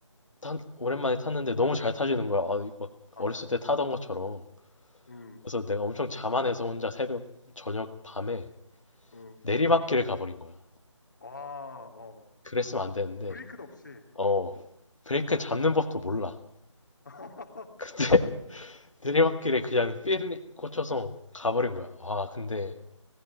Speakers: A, on the left (about 80°); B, on the left (about 35°).
A: 탄- 오랜만에 탔는데 너무 잘 타지는 거야 아, 막
B: 어,
A: 어렸을 때 타던 것처럼
B: 음,
A: 그래서 내가 엄청 자만해서 혼자 새벽 저녁 밤에
B: 음.
A: 내리막길을 가버린 거야
B: 와, 어.
A: 그랬으면 안 되는데
B: 브레이크도 없이.
A: 어 브레이크는
B: 어,
A: 잡는 법도 몰라
B: <laughs>
A: <laughs> 내리막길에 그냥 삘 꽂혀서 가버린 거야.
B: 어,
A: 아, 근데
B: 어.